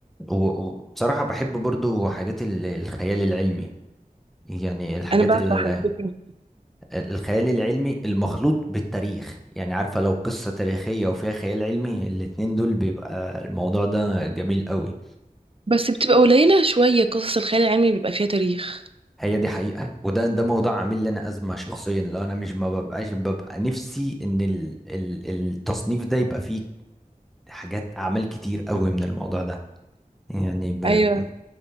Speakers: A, in the centre; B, on the right.
A: و- وبصراحة بحب برضو حاجات ال- الخيال العلمي يعني الحاجات
B: انا بعشق
A: ال-
B: حاجات كده
A: الخيال العلمي المخلوط بالتاريخ يعني عارفة لو قصة تاريخية وفيها خيال علمي الاتنين دول بيبقى الموضوع ده جميل قوي
B: بس بتبقى قليله شويه قصص الخيال العلمي بيبقى فيها تاريخ
A: هي دي حقيقة وده ده موضوع عامل لي انا ازمة شخصيا لو انا مش ما ببقاش ببقى نفسي ان ال ال التصنيف ده يبقى فيه حاجات اعمال كتير قوي من الموضوع ده يعني ب...
B: ايوه